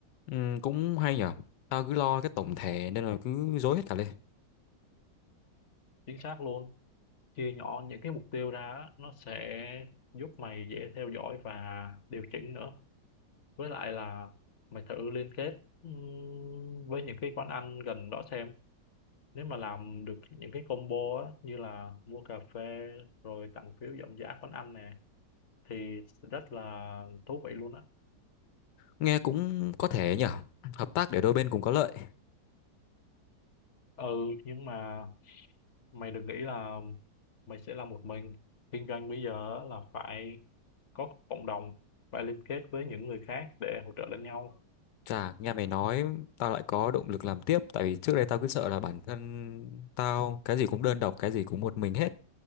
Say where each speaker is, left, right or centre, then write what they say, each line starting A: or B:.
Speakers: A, on the left; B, on the left.
A: Ừ, cũng hay nhở. Tao cứ lo cái tổng thể nên là cứ rối hết cả lên.
B: chính xác luôn chia nhỏ những cái mục tiêu ra á, nó sẽ giúp mày dễ theo dõi và điều chỉnh nữa với lại là mày thử liên kết ừm, với những cái quán ăn gần đó xem nếu mà làm được những cái combo á như là mua cà phê rồi tặng phiếu giảm giá quán ăn nè thì rất là thú vị luôn á
A: Nghe cũng có thể nhở. Hợp tác để đôi bên cùng có lợi.
B: ừ nhưng mà mày đừng nghĩ là mày sẽ làm một mình kinh doanh bây giờ á là phải có cộng đồng phải liên kết với những người khác để hỗ trợ lẫn nhau
A: Chà, nghe mày nói tao lại có động lực làm tiếp tại vì trước đây tao cứ sợ là bản thân tao cái gì cũng đơn độc, cái gì cũng một mình hết